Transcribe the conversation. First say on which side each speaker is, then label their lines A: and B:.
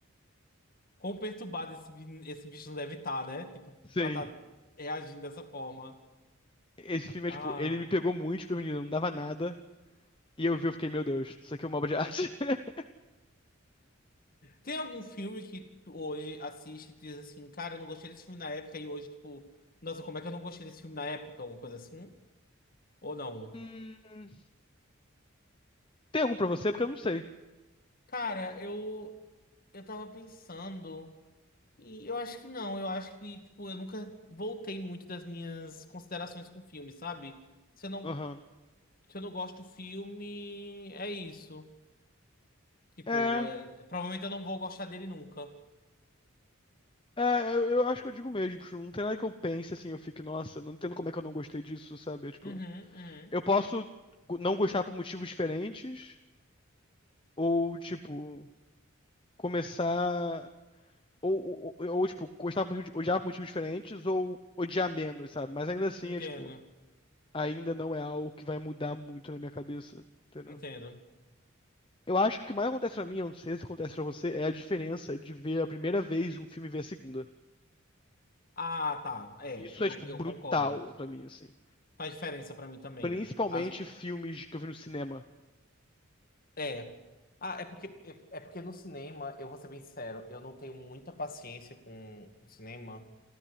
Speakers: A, on the left; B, on the left.
A: Quão perturbado esse, bi- esse bicho não deve estar, né? Tipo,
B: Sim.
A: pra estar reagindo dessa forma.
B: Esse filme
A: Ah.
B: é, tipo, ele me pegou muito desprevenido, não dava nada, e eu vi, eu fiquei, meu Deus, isso aqui é uma obra de arte. <laughs>
A: Tem algum filme que tu hoje assiste e diz assim, cara, eu não gostei desse filme na época e hoje, tipo, nossa, como é que eu não gostei desse filme na época? Alguma coisa assim? Ou não?
B: Hum, Tem algum pra você? Porque eu não sei.
A: Cara, eu eu tava pensando e eu acho que não, eu acho que, tipo, eu nunca voltei muito das minhas considerações com o filme, sabe? Se eu não,
B: Aham.
A: se eu não gosto do filme, é isso. Tipo,
B: É.
A: é- provavelmente eu não vou gostar dele nunca.
B: É, eu, eu acho que eu digo mesmo, tipo, não tem nada que eu pense assim, eu fique, nossa, não entendo como é que eu não gostei disso, sabe? É, tipo,
A: Uhum, uhum.
B: eu posso go- não gostar por motivos diferentes, ou, tipo, começar. Ou, ou, ou, ou, tipo, gostar por, motivos- odiar por motivos diferentes, ou odiar menos, sabe? Mas ainda assim,
A: Entendo,
B: é, tipo, ainda não é algo que vai mudar muito na minha cabeça, entendeu?
A: entendo.
B: Eu acho que o que mais acontece pra mim, eu não sei se acontece pra você, é a diferença de ver a primeira vez um filme e ver a segunda.
A: Ah, tá. É,
B: Isso
A: eu,
B: é, tipo,
A: eu
B: brutal
A: concordo.
B: pra mim, assim.
A: Faz diferença pra mim também.
B: Principalmente
A: As-
B: filmes que eu vi no cinema.
A: É. Ah, é porque, é, é porque no cinema, eu vou ser bem sincero, eu não tenho muita paciência com o cinema.